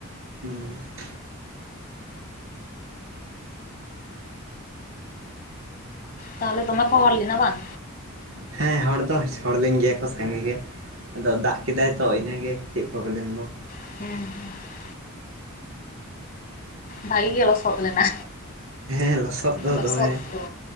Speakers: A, on the right; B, on the left.
A: ᱦᱩᱸ ᱾
B: ᱛᱟᱦᱚᱞᱮ ᱫᱚᱢᱮ ᱠᱚ ᱦᱚᱲ ᱞᱮᱱᱟ ᱵᱟᱝ?
A: ᱦᱮᱸ ᱦᱚᱲ ᱫᱚ ᱦᱚᱲ ᱞᱮᱧ ᱜᱮᱭᱟ ᱠᱚ ᱥᱟᱸᱜᱮ ᱜᱮ ᱾ ᱟᱫᱚ ᱫᱟᱜ ᱠᱮᱫᱟᱭ ᱛᱚ, ᱤᱱᱟᱹᱜᱮ ᱠᱟᱹᱴᱤᱡ ᱯᱨᱚᱵᱞᱮᱢ ᱫᱚ ᱾
B: <inaudible> ᱵᱷᱟᱹᱜᱤ ᱜᱮ ᱞᱚᱥᱚᱫ ᱞᱮᱱᱟ,
A: ᱦᱮᱸ ᱞᱚᱥᱚᱫ ᱫᱚ
B: ᱞᱚᱥᱚᱫ
A: ᱫᱚᱢᱮ
B: ᱫᱚ